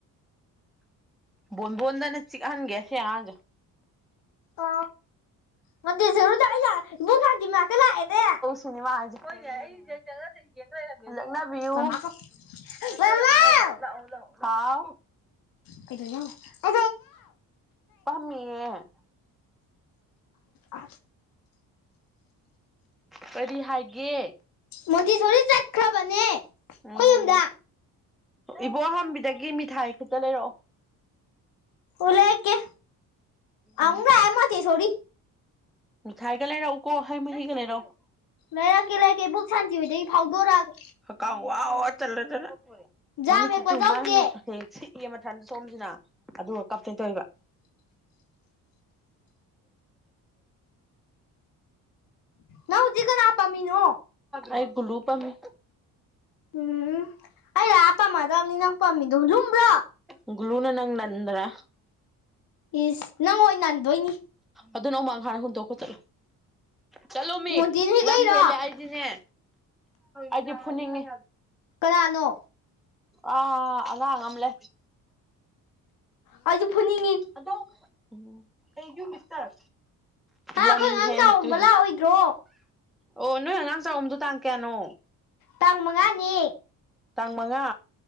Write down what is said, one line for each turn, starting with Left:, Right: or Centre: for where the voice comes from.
Centre: ꯣꯟꯕꯣꯟꯗꯅ ꯆꯤꯛꯍꯥꯟꯒꯦꯁꯦ ꯌꯥꯖ
Left: ꯑ ꯃꯟꯗꯤꯔꯁ ꯏ ꯈꯥꯗꯤꯃꯀ ꯂꯥꯛꯑꯦꯅꯦ
Centre: ꯁꯤꯅꯦꯃꯥꯁꯤ ꯑꯩꯣꯏ ꯑꯩꯪ
Left: ꯃꯃꯥ ꯀꯧ
Centre: ꯌꯦꯡꯣꯏꯔꯝꯃꯦꯅꯕ
Left: ꯃꯃꯥꯎ
Centre: ꯍꯥꯎ
Left: ꯀꯩꯗꯧꯋꯤꯅꯣ ꯑ
Centre: ꯐꯝꯃꯤꯌꯦ
Left: ꯑ
Centre: ꯀꯔꯤ ꯍꯥꯏꯒꯦ
Left: ꯃꯣꯟꯇꯦꯁꯣꯔꯤ ꯆꯠꯈ꯭ꯔꯕꯅꯦ ꯑꯩꯈꯣꯏ
Centre: ꯎꯝ
Left: ꯌꯨꯝꯗ
Centre: ꯏꯕꯣꯍꯥꯕꯤꯗꯒꯤ ꯃꯤꯊꯥꯏ ꯈꯛꯇ ꯂꯩꯔꯛꯑꯣ
Left: ꯎꯂꯦꯛ ꯀꯦ
Centre: ꯑꯗꯨ
Left: ꯌꯥꯝ ꯑꯦꯃꯊꯇꯩ ꯁꯔꯤ
Centre: ꯊꯥꯏꯒ ꯂꯩꯔꯛꯎꯀꯣ ꯍꯩ ꯃꯍꯤꯒ ꯂꯩꯔꯛꯎ
Left: ꯂꯩꯔꯛꯀꯦ ꯂꯩꯔꯛꯀꯦ ꯕꯨꯛ ꯁꯥꯟꯖꯈꯤꯕꯗꯒꯤ ꯐꯥꯎꯗꯣꯔꯛꯑꯒ
Centre: ꯀꯥꯡ ꯋꯥ ꯋꯥ ꯆꯜꯂꯗꯅ
Left: ꯖꯥꯝ
Centre: ꯃꯃꯤꯠ ꯆꯤꯠꯇꯨ
Left: ꯍꯦꯛꯄ ꯆꯧꯁꯦ
Centre: ꯃꯥꯡꯉꯁꯨ ꯍꯦꯛꯁꯤ ꯏ ꯃꯊꯟꯗ ꯁꯣꯝꯁꯤꯅ ꯑꯗꯨꯒ ꯀꯞꯇꯅ ꯇꯧꯕ <inaudible>
Left: ꯂꯖꯤ ꯀꯅꯥ ꯍꯥꯄꯥꯃꯤꯅꯨ
Centre: ꯑꯩ ꯒꯂꯨ ꯄꯃꯤ
Left: ꯎꯝ ꯑꯩ ꯂꯥꯛꯑ ꯄꯥꯝꯃꯗꯕꯅꯤ ꯅꯪ ꯄꯥꯝꯃꯤꯗꯣ ꯂꯨꯝꯕ꯭ꯔꯣ
Centre: ꯎ ꯒ꯭ꯂꯨꯅ ꯅꯪ ꯅꯟꯗ꯭ꯔ
Left: ꯏꯁ ꯅꯪ ꯑꯣꯏ ꯅꯥꯟꯗꯣꯏꯅꯤ
Centre: ꯑꯗꯨꯅ ꯑꯃꯃꯥꯡ ꯍꯥꯟꯅ ꯍꯨꯟꯗꯣꯛ ꯈꯣꯠꯇꯂꯣ ꯆꯠꯂꯣ ꯃꯤ
Left: ꯃꯣꯟꯇꯤꯅ ꯍꯦꯛ
Centre: ꯂꯝ
Left: ꯂꯩꯔꯣ
Centre: ꯍꯦꯜꯂꯦ ꯗꯤꯅꯦ ꯑꯩꯗꯤ ꯐꯨꯅꯤꯡꯉꯤ
Left: ꯀꯅꯥꯅꯣ
Centre: ꯑ ꯑꯉꯂ
Left: ꯑꯩꯁꯨ ꯐꯨꯅꯤꯡꯉꯤ
Centre: ꯑꯗꯣ ꯎ ꯀꯩ ꯌꯨ ꯃꯤꯁꯇꯔ
Left: ꯍꯥ ꯑꯩꯈꯣꯏ
Centre: ꯂꯝ
Left: ꯑꯉꯥꯡ
Centre: ꯍꯦꯟ
Left: ꯆꯥꯎꯝꯕ
Centre: ꯇꯨ
Left: ꯂꯥꯛꯑꯣꯏꯗ꯭ꯔꯣ
Centre: ꯑꯣ ꯅꯣꯏ ꯑꯉꯥꯡ ꯆꯥꯛꯔꯝꯗꯣ ꯇꯥꯡ ꯀꯌꯥꯅꯣ
Left: ꯇꯥꯡ ꯃꯉꯥꯅꯤ
Centre: ꯇꯥꯡꯥꯡꯃꯉ